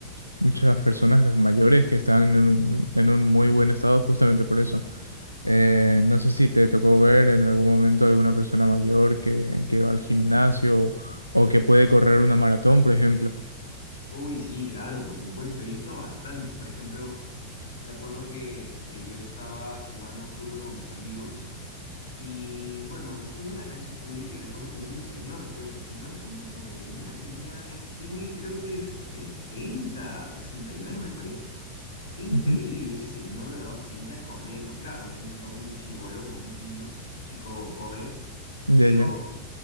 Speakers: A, on the right; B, on the left.
A: muchas personas mayores que están en un, en un muy buen estado justamente por eso. Eh, no sé si te tocó ver en algún momento alguna persona mayor que, que va al gimnasio o que puede correr una maratón, por ejemplo.
B: Uy, sí, claro, por supuesto. He visto bastantes. Por ejemplo, me acuerdo que este, yo estaba jugando fútbol con mis amigos y bueno, fue en una cancha pública y recuerdo que vino un señor. Pues el señor, ¿cuánto dijo que tenía? Tenía, es, tiene creo que setenta sesenta y nueve me parece. Qué increíble,
A: Ujú,
B: ese señor de verdad seguía corriendo. Claro, obviamente no como un chibolo, como un niño, como un chico joven,
A: Ya,
B: pero
A: ya.